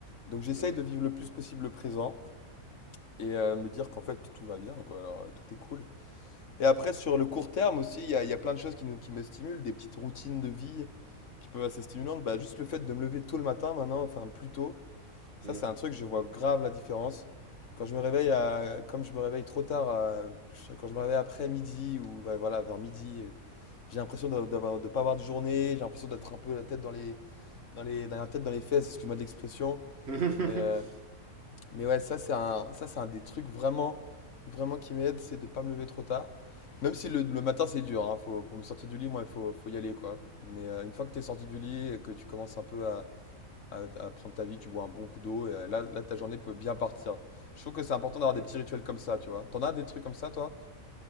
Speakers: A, on the left; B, on the right.
A: Donc, j'essaye
B: Hum,
A: de vivre le plus possible le présent et euh, me dire qu'en fait tout va bien, quoi. Alors, euh, tout est cool. Et après, sur le court terme aussi, il y a, il y a plein de choses qui, nous- qui me stimulent, des petites routines de vie qui peuvent être assez stimulantes. Bah, juste le fait de me lever tôt le matin maintenant, enfin plus tôt, ça
B: hum.
A: c'est un truc, je vois grave la différence. Quand je me réveille, à, comme je me réveille trop tard, à- je- quand je me réveille après midi ou ouais, voilà, vers midi, euh, j'ai l'impression d'a- d'avoir, de pas avoir de journée, j'ai l'impression d'être un peu la tête dans les, dans les, dans la tête dans les fesses, excuse-moi de l'expression.
B: <laughs>
A: Mais, euh, mais ouais, ça c'est un, ça c'est un des trucs vraiment, vraiment qui m'aide, c'est de pas me lever trop tard. Même si le, le matin c'est dur, hein, faut, pour me sortir du lit, moi il faut, faut y aller quoi. Mais euh, une fois que t'es sorti du lit et que tu commences un peu à, à- à prendre ta vie, tu bois un bon coup d'eau et euh, là, là ta journée peut bien partir. Je trouve que c'est important d'avoir
B: Hum.
A: des petits rituels comme ça, tu vois. T'en as des trucs comme ça toi?